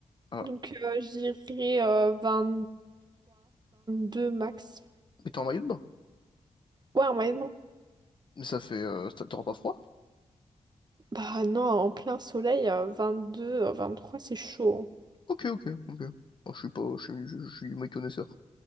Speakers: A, on the left; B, on the right.
A: Ah.
B: Donc euh, j'irai euh, vingt deux max.
A: Mais t'es en maillot de bain?
B: Ouais, en moyenne, non.
A: Mais ça fait. euh, ça- t'auras pas froid?
B: Bah non, en plein soleil, euh, deux euh, trois c'est chaud.
A: Ok, ok, ok. Moi, je suis pas. Je suis, je, je suis méconnaisseur.